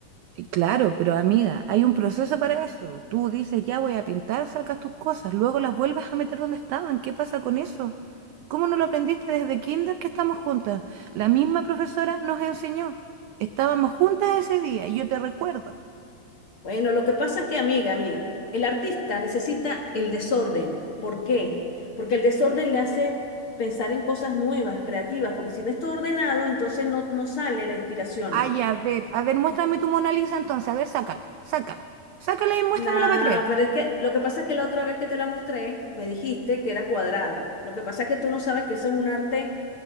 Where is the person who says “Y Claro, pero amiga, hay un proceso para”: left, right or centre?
Right